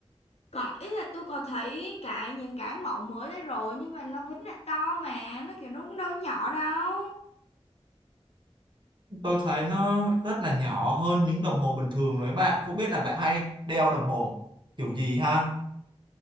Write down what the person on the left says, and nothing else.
Có, ý là tôi có thấy cái những cái mẫu mới đấy rồi nhưng mà nó vẫn là to mà nó kiểu nó cũng đâu có nhỏ đâu